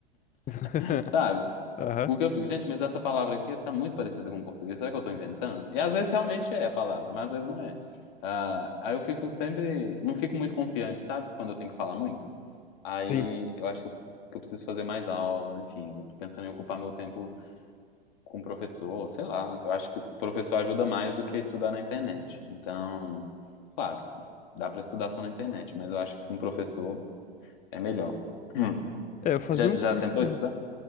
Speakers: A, on the left; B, on the left.
A: <laughs>
B: <laughs> sabe?
A: Aham.
B: Porque eu fico, gente, mas essa palavra aqui tá muito parecida com o português, será que eu tô inventando? E às vezes realmente é a palavra, mas às vezes não é. Ah, aí eu fico sempre, não fico muito confiante, sabe? Quando eu tenho que falar muito. Aí
A: Sim.
B: eu acho que eu, preciso- que eu preciso fazer mais aula, enfim, eu tô pensando em ocupar meu tempo com o professor, sei lá. Eu acho que o professor ajuda mais do que estudar na internet. Então, claro, dá para estudar só na internet, mas eu acho que com o professor é melhor. Hum.
A: É, eu fazia
B: Já, já
A: um curso
B: tentou
A: mesmo.
B: estudar?